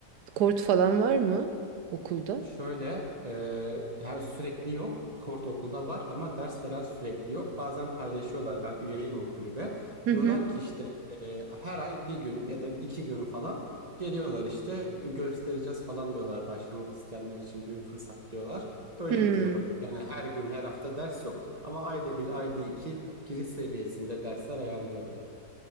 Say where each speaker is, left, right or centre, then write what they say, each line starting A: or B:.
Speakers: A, on the right; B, on the right.
A: kort falan var mı okulda?
B: Şöyle e, her sürekli yok. Kort okulda var ama ders veren sürekli yok. Bazen paylaşıyorlar. Ben üyeyim o kulübe.
A: Hı
B: Diyorlar
A: hı.
B: ki işte e, her ay bir gün ya da iki gün falan geliyorlar işte göstereceğiz falan diyorlar. Başlamak isteyenler için büyük fırsat diyorlar. Öyle
A: Hı.
B: gidiyorum. Yani her gün her hafta ders yok. Ama ayda bir ayda iki giriş seviyesinde dersler ayarlıyorlar.